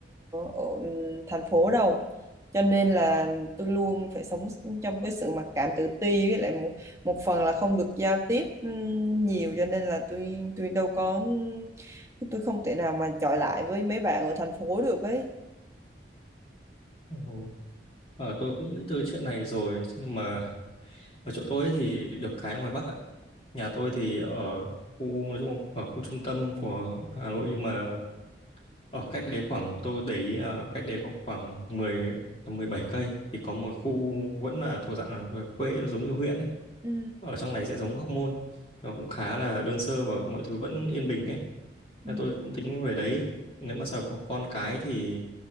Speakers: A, on the right; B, on the left.
A: ở thành phố đâu cho nên là tôi luôn phải sống trong cái sự mặc cảm tự ti với lại một một phần là không được giao tiếp ừm, nhiều cho nên là tôi tôi đâu có ừ, tôi không thể nào mà chọi lại với mấy bạn ở thành phố được ấy
B: Ồ. Ờ, tôi cũng nghĩ tới chuyện này rồi nhưng mà ở chỗ tôi ấy thì được cái ngoài Bắc ạ nhà tôi thì ở khu nói chung là ở khu trung tâm của Hà Nội nhưng mà Ở cách đấy khoảng tôi có để ý ờ, cách đấy có khoảng mười mười bảy cây thì có một khu vẫn là thuộc dạng là quê nó giống như huyện ấy.
A: ừ
B: Ở trong này sẽ giống Hóc Môn. Nó cũng khá là đơn sơ và mọi thứ vẫn yên bình ấy.
A: ừ
B: Thế tôi cũng tính về đấy nếu mà sau có con cái thì